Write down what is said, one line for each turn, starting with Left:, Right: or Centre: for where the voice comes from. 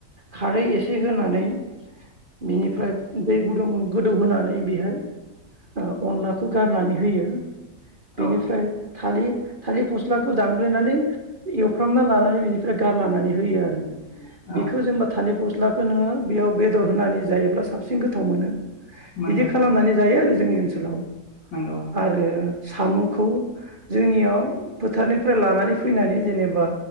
Right: खारै एसे होनानै बिनिफ्राय दै गुदुं गोदौ होनानै बेहाय अ अनला खौ गारनानै होयो बेनिफ्राय
Left: औ
Right: थालि थालिर फस्लाखौ दानग्लिनानै एवफ्रामना लानानै बेनिफ्राय गारलानानै होयो आरो।
Left: <inaudible>
Right: बिखौ जेनबा थालिर फस्लाखौ नोङो बेयाव बेदर होनानै जायोब्ला सा बांसिन गोथाव मोनो
Left: नंगौ
Right: बिदि खालामनानै जायो आरो। जोंनि ओनसोलाव
Left: नंगौ
Right: आरो साम'खौ जोंनियाव फोथारनिफ्राय लानानै फैनानै जेनेबा